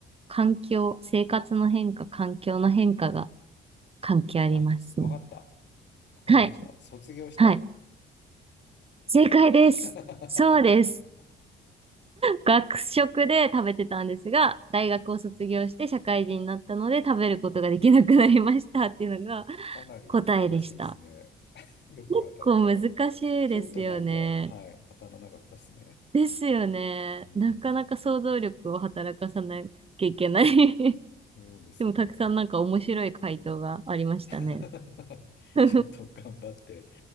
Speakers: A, on the right; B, on the left.
A: 環境、生活の変化、環境の変化が関係ありますね。
B: あ、すわかった。わかりました。
A: はい。
B: 卒業した。
A: はい。正解です。
B: <laughs>
A: そうです。学食で食べてたんですが、大学を卒業して社会人になったので食べることができなくなりましたっていうのが
B: かなり難しいですね。
A: 答えでした。
B: <laughs> よく当たったら。
A: 結構難しいですよね。
B: ヒントないとは、はい、当たらなかったですね。
A: ですよね。
B: うん。
A: なかなか想像力を働かさなきゃいけない <laughs>
B: そうですよね。
A: でもたくさんなんか面白い回答がありましたね。
B: <laughs>
A: <laughs> そ
B: ちょっと頑張って、